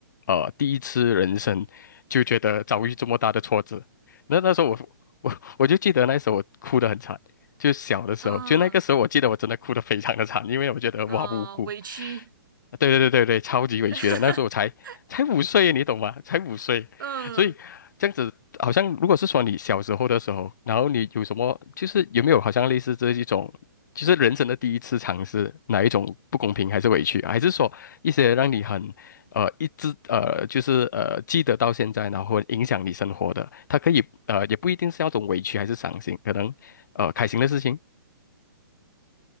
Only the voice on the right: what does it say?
嗯
嗯，委屈，
<laughs>
嗯，